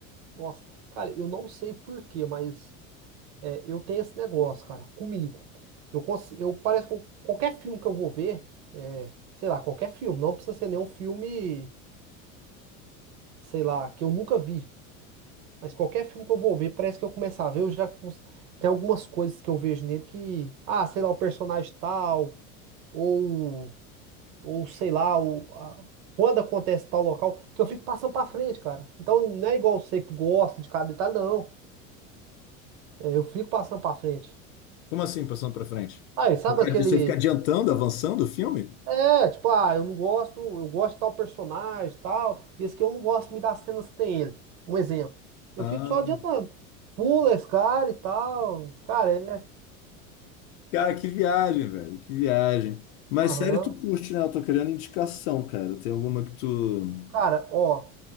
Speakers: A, on the right; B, on the left.
A: Nossa, cara, eu não sei por quê, mas é, eu tenho esse negócio, cara, comigo. Eu, cons- eu parece que eu- qualquer filme que eu vou ver, é, sei lá, qualquer filme, não precisa ser nenhum filme, sei lá, que eu nunca vi, mas qualquer filme que eu vou ver, parece que eu começar a ver, eu já cons- tem algumas coisas que eu vejo nele que, ah, sei lá, o personagem tal, ou, ou sei lá, o, a- quando acontece tal local, que eu fico passando pra frente, cara. Então não é igual você que gosta de cada detalhe, não. É, eu fico passando pra frente.
B: Como assim, passando pra frente?
A: Aí, sabe aquele.
B: Você fica adiantando, avançando o filme?
A: É, tipo, ah, eu não gosto, eu gosto de tal personagem, tal, e esse aqui eu não gosto me das cenas que tem ele. Um exemplo. Eu
B: Ah.
A: fico só adiantando. Pula esse cara e tal. Cara, é.
B: Cara, que viagem, velho, que viagem. Mas
A: Aham.
B: sério, tu curte, né? Eu tô querendo indicação, cara. Tem alguma que tu.
A: Cara, ó,